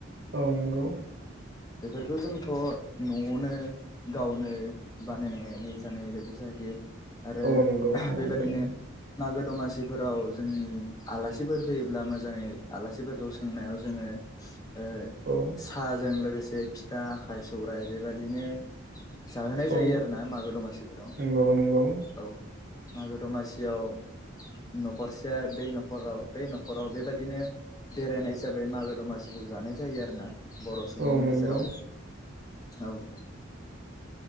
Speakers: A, on the right (about 55°); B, on the left (about 20°).
A: औ नंगौ
B: बेफोरखौ जोंथ नआवनो गावनो बानायनानै जानाय बायदि जाहैयो। आरो
A: औ नंगौ
B: ओह
A: न'निफ्राय
B: बे बादिनो
A: नंगौ
B: मागो दमासिफोराव जो आलासिफोर फैयोब्ला मोजाङै आलासिफोरखौ सोंनायाव जोङो। ए ओ
A: औ
B: साहाजों लोगोसे फिथा आखाइ सौरायाइ बे बाददिनो। जाहोनाय जायो
A: औ
B: आरो ना मागो दमासिफोराव
A: नंगौ नंगौ
B: औ मागो दमासि याव नखरसेया बै नखराव बै नखराव बे बायदिनो। बेरायनाय हिसाबै मागो दमासिखौ जानाय जायो आरो ना। बर सुबुंनि
A: औ
B: गेजेराव
A: नंगौ
B: औ ओह